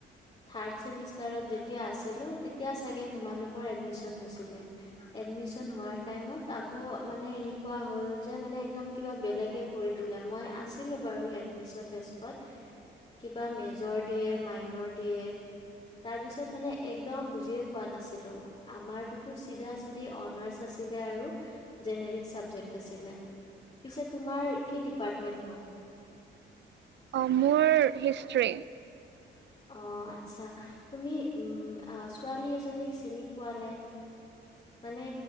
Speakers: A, on the left; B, on the right.
A: থাৰ্ড চেমিষ্টাৰত যেতিয়া আছিলো তেতিয়া চাগে তোমালোকৰ এডমিশ্ন হৈছিলে এডমিশন হোৱাৰ টাইমত আকৌ মানে এনে কোৱা হ'ল যে মানে একদম কিবা বেলেগে কৰি দিলে মই আছ আছিলো বাৰু এডমিশন ডেস্কত কিবা মেজৰ দিয়ে মাইনৰ দিয়ে তাৰ পিছত মানে একদম বুজিয়ে পোৱা নাছিলো আমাৰতোতো চিধা চিধি অনাৰ্চ আছিলে আৰু জেনেৰিক চাবজেক্ট আছিলে পিছে তোমাৰ কি ডিপাৰ্টমেণ্টনো
B: অ মোৰ হিষ্টষ্ট্ৰ্ৰী
A: অ আচ্ছা তুমি উ ছোৱালী এজনীক চিনি পোৱা নে মানে